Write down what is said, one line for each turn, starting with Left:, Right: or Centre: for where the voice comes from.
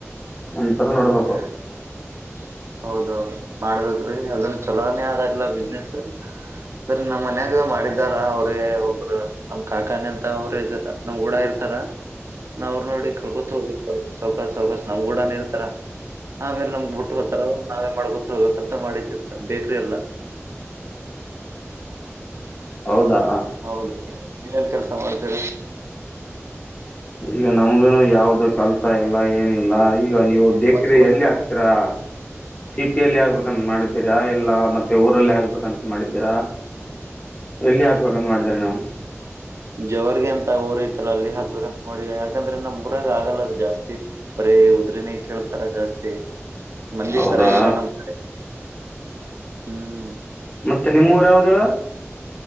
Left: ಒಂಥರ ನೋಡ್ಬೇಕು.
Right: <unintelligible> ಹೌದೌದು ಮಾಡ್ಬೇಕ್ರೀ ಅದನ್ ಚಲೋನೇ ಆಗಲದ್ ಬಿಸ್ನೆಸ್ ಸರಿ ನಮ್ಮ್ ಮನ್ಯಾಗ ಮಾಡಿದಾರ ಅವ್ರೇ ಒಬ್ರು ನಮ್ ಕಾಕಾನೆ ಅಂತ ಅವರೇ ಹೆಜೋರ. ನಮ್ ಗೂಡ ಇರ್ತಾರ ನಾ ಅವ್ರರು ನೋಡಿ ಕಲ್ಕೊತ್ ಹೋಗ್ಬೇಕ್ ಸೌಕಾಸ ಸೌಕಶ ನಮ್ ಗೂಡಾನ ಇರ್ತಾರ. ಆಮೇಲೆ ನಮ್ಗೆ ಬಿಟ್ಟ್ ಹೋಗ್ತಾರ ಅವ ನಾವೇ ಮಾಡ್ ಗೊತ್ ಹೋಗಬೇಕಂತ ಮಾಡಿದತಿವಿ ಬೇಕ್ರಿ ಎಲ್ಲಾ
Left: ಹೌದಾ
Right: ಹೌದು ನೀವು ಏನ್ ಕೆಲಸ ಮಾಡ್ತೀರಿ.
Left: ಈಗ ನಮಗು ಯಾವ್ದು ಕೆಲಸ ಇಲ್ಲ ಏನಿಲ್ಲ ಈಗ ನೀವು ಬೇಕ್ರಿ
Right: ಮತ್ ಊರಾಗ
Left: ಎಲ್ಲಿ ಆಗ್ತೀರಾ ಸಿಟಿ ಎಲ್ಲಿ ಆಗ್ಬೇಕಂತ ಮಾಡ್ ದ್ದೀರಾ ಇಲ್ಲಾ ಮತ್ತೆ ಊರಲ್ಲಿ ಆಗ್ಬೇಕಂತ ಮಾಡಿದ್ದೀರಾ ಎಲ್ಲಿ ಆಕ್ಬೇಕಂತ ಮಾಡಿದೀರಾ ನೀವು.
Right: ಜವರ್ಗೆ ಅಂತ ಊರೈತಲ್ಲ ಅಲ್ಲಿ ಹಾಕ್ಬೇಕಂತ ಮಾಡಿವಿ ಯಾಕಂದ್ರೆ ನಮ್ ಊರಾಗ ಆಗಲ್ಲ ಅಲ್ಲಿ ಜಾಸ್ತಿ. ಬರೀ ಉದ್ರಿನೆ ಕೇಳ್ತಾರ ಜಾಸ್ತಿ. ಮಂದಿ
Left: ಹೌದಾ
Right: ಸರಾಗಿಲ್ಲ ನಮ್ಮ್ ಕಡೆ ಹ್ಮ್
Left: ಮತ್ತೆ ನಿಮ್ಮೂರು ಯಾವ್ದ್ ಹೇಳ್